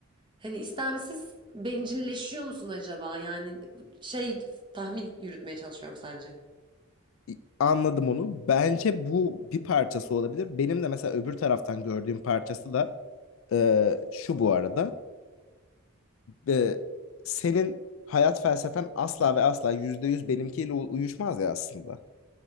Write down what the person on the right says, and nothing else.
Hani istemsiz bencilleşiyor musun acaba? Yani şey tahmin yürütmeye çalışıyorum sence.